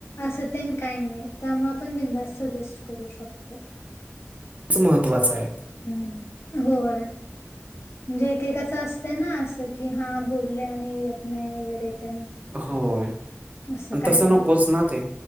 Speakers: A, on the left (about 60°); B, on the right (about 30°).
A: अस काही नाही त्यामुळे आपण बिनधास्त सजेस्ट करू शकतो
B: च महत्वाचं आहे
A: हम्म होय म्हणजे एकेकाचं असतं ना असं की हा बोलले आणि येत नाही वगैरे येत
B: होय
A: असं
B: आणि
A: काही
B: तसं
A: नाही
B: नकोच ना ते